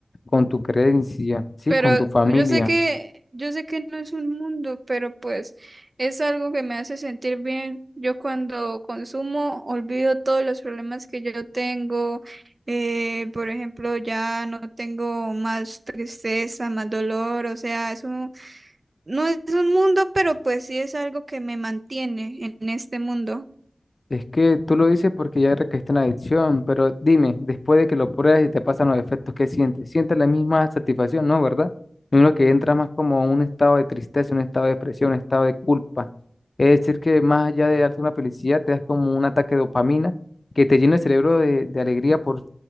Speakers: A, on the left; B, on the right.
A: con tu creencia, ¿sí?
B: Pero
A: Con tu familia
B: yo sé que, yo sé que no es un mundo, pero pues es algo que me hace sentir bien. Yo cuando consumo olvido todos los problemas que yo tengo. eh, por ejemplo, ya no tengo más tristeza, más dolor. O sea, es un, no es un mundo, pero pues sí es algo que me mantiene en este mundo.
A: Es que tú lo dices porque ya recaíste en la adicción, pero dime, después de que lo pruebas y te pasan los efectos, ¿qué sientes? ¿Sientes la misma satisfacción? No, ¿verdad? Uno que entra más como un estado de tristeza, un estado de depresión, un estado de culpa. Es decir, que más allá de darte una felicidad, te das como un ataque de dopamina que te llena el cerebro de, de alegría por